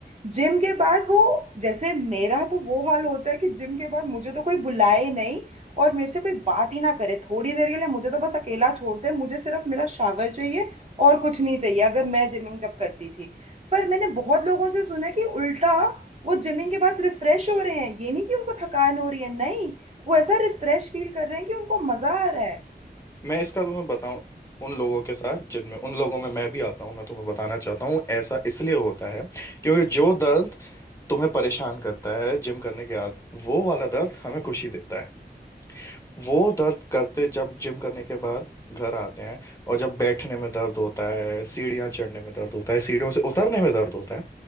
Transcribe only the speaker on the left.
मैं इसका तुम्हें बताऊं उन लोगों के साथ जिनमें उन लोगों में मैं भी आता हूं मैं तुम्हें बताना चाहता हूं ऐसा इसलिए होता है क्योंकि जो दर्द तुम्हें परेशान करता है जिम करने के बाद वो वाला दर्द हमें खुशी देता है वो दर्द करते जब जिम करने के बाद घर आते हैं और जब बैठने में दर्द होता है सीढ़ियाँ चढ़ने में दर्द होता है सीढ़ियों से उतरने में दर्द होता है